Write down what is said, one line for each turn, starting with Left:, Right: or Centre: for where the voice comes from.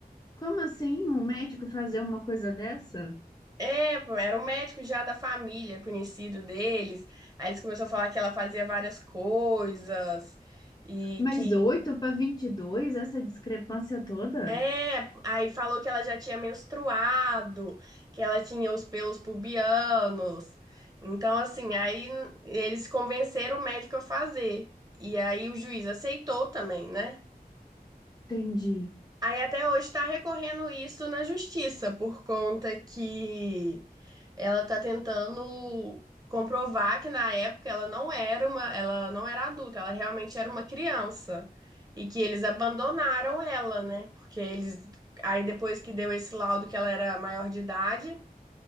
Left: como assim um médico fazer uma coisa dessa?
Right: É, pô, era um médico já da família, conhecido deles. Aí eles começaram a falar que ela fazia várias coisas e
Left: Mas
Right: que
Left: 8 para 22, essa discrepância toda?
Right: é, aí falou que ela já tinha menstruado, que ela tinha os pelos pubianos. Então, assim, aí eles convenceram o médico a fazer. E aí o juiz aceitou também, né?
Left: Entendi.
Right: Aí até hoje está recorrendo isso na justiça, por conta que ela está tentando comprovar que na época ela não era uma, ela não era adulta, ela realmente era uma criança e que eles abandonaram ela, né? Porque eles aí depois que deu esse laudo que ela era maior de idade,